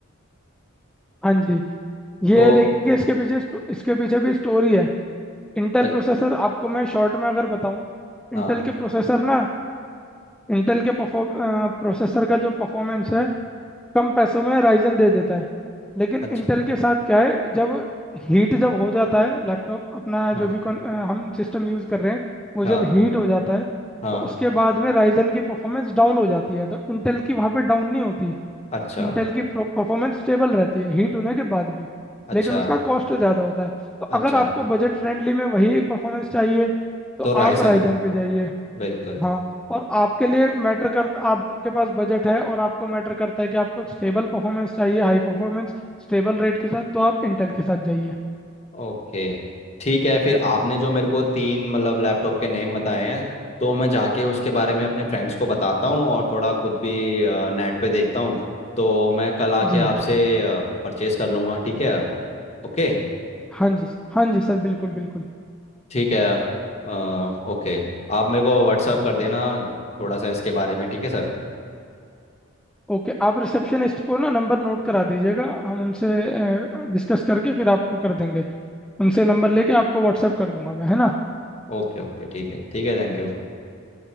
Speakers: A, in the centre; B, on the left.
A: हाँ जी ये
B: तो
A: देखिए इसके पीछे स्टो- इसके पीछे भी स्टोरी है इंटेल
B: अरे,
A: प्रोसेसर आपको मैं शॉर्ट में अगर बताऊं इंटेल
B: हाँ
A: के प्रोसेसर ना इंटेल के परफॉर्म प्रोसेसर का जो परफॉर्मेंस है कम पैसों में राइजन दे देता है लेकिन
B: अच्छा
A: इंटेल के साथ क्या है जब हीट जब हो जाता है लैपटॉप अपना
B: हाँ
A: जो भी कौन, अ, हम सिस्टम यूज़ कर रहे हैं वो
B: हाँ
A: जब हीट हो जाता है
B: हाँ
A: तो उसके बाद में राइजन की परफॉर्मेंस डाउन हो जाती है तो इंटेल की वहाँ पे डाउन नहीं होती
B: अच्छा
A: इंटेल की परफॉर्मेंस स्टेबल रहती है हीट होने के बाद भी
B: अच्छा
A: लेकिन उसका कॉस्ट ज़्यादा होता है तो
B: अच्छा
A: अगर आपको बजट फ्रेंडली में वही परफॉर्मेंस चाहिए तो
B: तो रायसन
A: आप राइजन पे जाइए
B: बिल्कुल
A: हाँ और आपके लिए मैटर करता आपके पास बजट है और आपको मैटर करता है कि आपको एक स्टेबल परफॉर्मेंस चाहिए हाई परफॉर्मेंस स्टेबल रेट के साथ तो आप इंटेल के साथ जाइए
B: ओके ठीक है फिर आपने जो मेरे को तीन मतलब लैपटॉप के नेम बताए हैं तो मैं जाके उसके बारे में अपने फ्रेंड्स को बताता हूँ और थोड़ा खुद भी नेट पे देखता हूँ तो मैं कल आके
A: जी
B: आपसे परचेस कर लूँगा ठीक है ओके
A: हाँ जी सर हाँ जी सर बिल्कुल बिल्कुल
B: ठीक है अ, ओके आप मेरे को व्हाट्सअप कर देना थोड़ा सा इसके बारे में ठीक है सर
A: ओके आप रिसेप्शनिस्ट को ना नंबर नोट करा दीजिएगा हम उनसे डिस्कस करके फिर आपको कर देंगे उनसे नंबर लेके आपको व्हाट्सएप कर दूंगा मैं है ना
B: ओके ओके ठीक है ठीक है Thank you